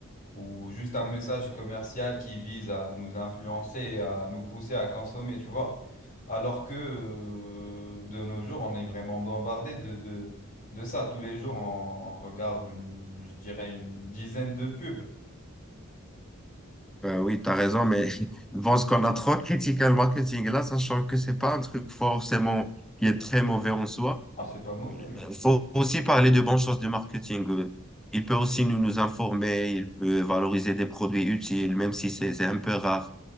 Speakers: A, on the left (about 40°); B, in the centre.
A: ou juste un message commercial qui vise à nous influencer, et à nous pousser à consommer, tu vois. Alors que euh, de nos jours, on est vraiment bombardé de, de, de ça. Tous les jours, on, on regarde une, je dirais une dizaine de pubs.
B: Ben oui, tu as raison, mais <laughs> bon, ce qu'on a trop critiqué le marketing là, sachant que c'est pas un truc forcément qui est très mauvais en soi.
A: Ah, c'est pas mauvais, mais...
B: Il faut aussi parler de bonnes choses du marketing. Euh, Il peut aussi nous, nous informer, il peut valoriser des produits utiles, même si c'est c'est un peu rare.